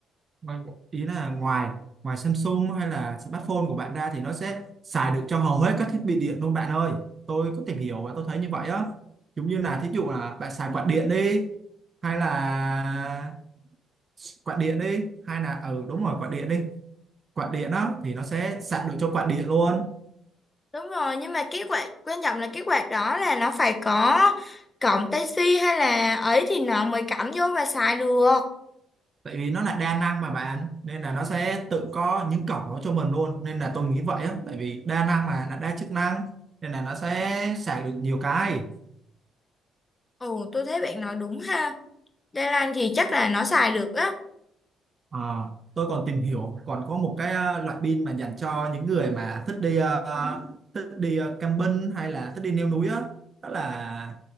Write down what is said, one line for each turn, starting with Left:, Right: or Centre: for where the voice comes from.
Right: Ngoài- Ý là ngoài ngoài Samsung hay là smartphone của bạn ra thì nó sẽ xài được cho hầu hết các thiết bị điện luôn bạn ơi. Tôi có tìm hiểu và tôi thấy như vậy á. Giống như là thí dụ là bạn xài quạt điện đi hay là quạt điện đi hay là ừ đúng rồi quạt điện đi quạt điện á thì nó sẽ sạc được cho quạt điện luôn
Left: Đúng rồi, nhưng mà cái quạt quan trọng là cái quạt đó là nó phải có cổng Type-C hay là ấy thì nó mới cắm vô và xài được.
Right: tại vì nó là đa năng mà bạn nên là nó sẽ tự có những cổng đó cho mình luôn nên là tôi nghĩ vậy á tại vì đa năng mà là đa chức năng nên là nó sẽ sạc được nhiều cái
Left: Ồ, tôi thấy bạn nói đúng ha. Đa năng thì chắc là nó xài được á.
Right: Ờ, tôi còn tìm hiểu còn có một cái ờ, loại pin mà dành cho những người mà thích đi ờ, thích đi ờ, camping hay là thích đi leo núi á đó là